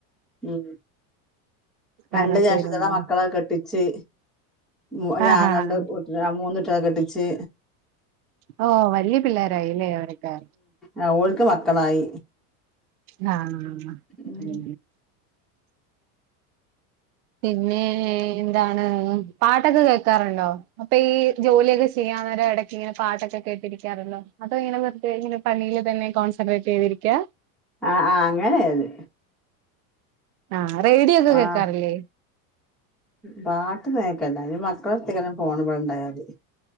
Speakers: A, in the centre; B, on the right.
A: ഉ
B: വേറെ
A: എന്റെ ജെദ്ട്ടത്തിന്റെ
B: പേരുണ്ടോ
A: മക്കളേ ഒക്ക കെട്ടിച്ചു മു
B: ആഹ്
A: അങള
B: ആഹ്
A: മൂന്ന്കുട്ടിയാള കെട്ടിച്ച്
B: ഓ വലിയ പിള്ളോരായില്ലേ അവരോക്കാ
A: ആ ഓൾക്ക് മക്കളായി
B: ആഹ
A: ഉം
B: അതെ പിന്നെ എന്താണ് പാട്ടൊക്കെ കേൾക്കാറുണ്ടോ അപ്പൊ ഈ ജോലിയൊക്കെ ചെയ്യാൻര ഇടക്ക് ഇങ്ങനെ പാട്ടൊക്കെ കേട്ടിരിക്കാരുണ്ടോ അതോ ഇങ്ങനെ വെറുതെ ഇങ്ങെ പണിയി തന്നെ കോൺസെട്രേറ്റ് ചെയ്തിരിക്കുക
A: ആ ആ് അങ്ങനെ അത്
B: ആഹ് റേഡിയോ ഒക്കെ കേൾക്കാറില്ലേ
A: ആഹ് പാട്ടൊന്നും കേക്കാലില്ല അതിന് മക്കളെടുത്തായിക്കാരം പോണ ഇടെണ്ടായല്